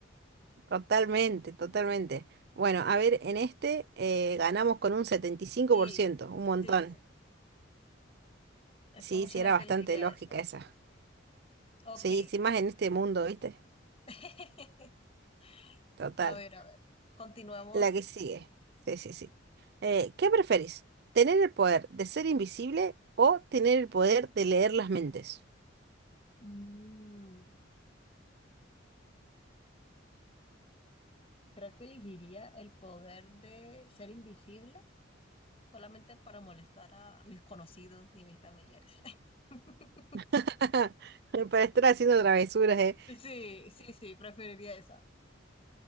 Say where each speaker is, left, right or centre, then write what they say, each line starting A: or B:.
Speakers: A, on the right; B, on the left.
A: Totalmente, totalmente. Bueno, a ver, en este eh, ganamos con un setenta y cinco
B: Sí,
A: por ciento un montón.
B: sí, Es
A: Sí,
B: que mucha
A: sí,
B: gente
A: era bastante
B: elegiría
A: lógica
B: eso.
A: esa.
B: Ok.
A: Sí, sí, más en este mundo, ¿viste?
B: <laughs>
A: Total.
B: A ver, a ver. Continuemos.
A: La que sigue. Sí, sí, sí. Eh, ¿qué preferís? ¿Tener el poder de ser invisible o tener el poder de leer las mentes?
B: Mm, creo que elegiría el poder de ser invisible solamente para molestar a mis conocidos y mis familiares. <laughs>
A: <laughs> Para estar haciendo travesuras, ¿eh?
B: Sí, sí, sí, preferiría esa.